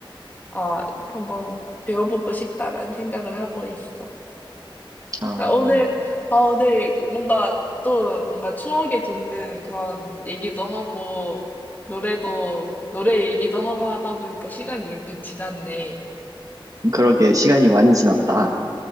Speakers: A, on the left; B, on the right.
A: 아, 한번 배워보고 싶다라는 생각을 하고 있어.
B: 아,
A: 아, 오늘, 아, 오늘 뭔가 또 뭔가 추억에 돋는 그런 얘기도 하고, 노래도, 노래 얘기도 하고 하다 보니까 시간이 이렇게 지났네.
B: 그러게 시간이 많이 지났다.